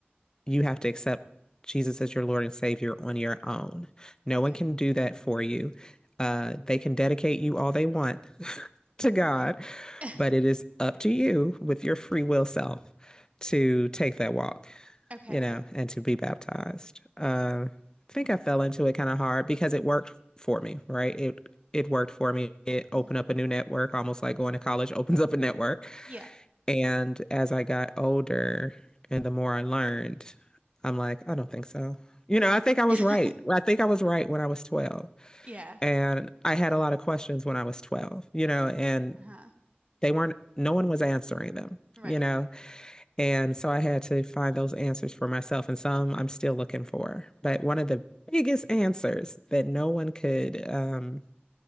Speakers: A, on the left; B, on the right.
A: you have to accept Jesus as your Lord and Savior on your own. No
B: Okay.
A: one can do that for you. Uh, they can dedicate you all they want, to God,
B: Okay. <laughs>
A: but it is up to you with your free will self to take that walk,
B: Okay.
A: you know, and to be baptized. Uh, I think I fell into it kind of hard because it worked for me, right? It it worked for me. It opened
B: Mhm.
A: up a new network, almost like going to college <laughs> opens up a network.
B: Yeah.
A: And as I got older and the more I learned, I'm like, I don't think so. You know, I think I was
B: <laughs>
A: right. I think I was right when I was 12.
B: Yeah.
A: And I had a lot of questions when I was 12, you know, and
B: Uh-huh.
A: they weren't no one was answering them
B: Right.
A: you know and so i had to find those answers for myself and some i'm still looking for but one of the biggest answers that no one could um,